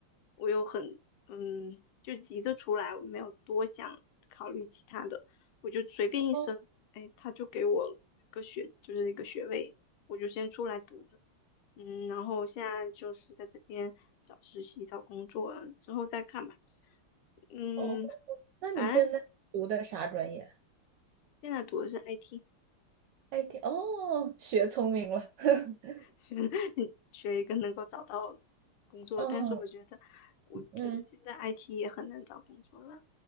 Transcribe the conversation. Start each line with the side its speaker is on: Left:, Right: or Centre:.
Left: 我又很嗯就急着出来，我没有多想考虑其他的，我就随便一申，
Right: 哦，
Left: 哎，他就给我个学就是一个学位，我就先出来读着，嗯，然后现在就是在这边找实习找工作，之后再看吧，嗯，
Right: 哦那你现在读的啥专业
Left: 反正现在读的是 IT。
Right: ？IT 哦，学聪明了。<laughs>
Left: 学 <laughs> 学一个能够找到工作，
Right: 嗯
Left: 但是我觉得，我觉得现在
Right: 嗯，
Left: IT 也很难找工作了。